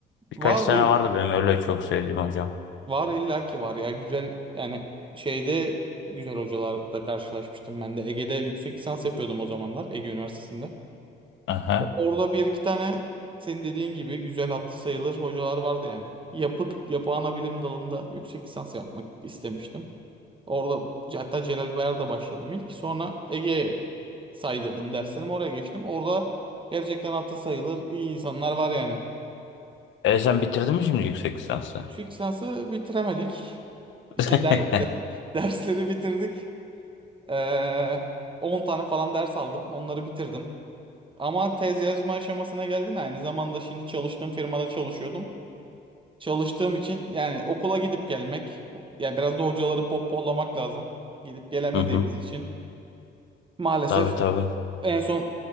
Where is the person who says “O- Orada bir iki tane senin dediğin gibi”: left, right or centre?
Right